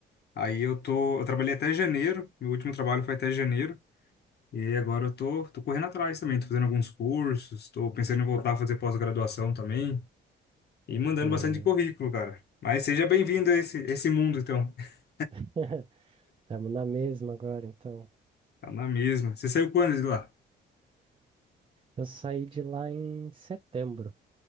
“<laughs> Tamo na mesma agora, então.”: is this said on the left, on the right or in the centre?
Right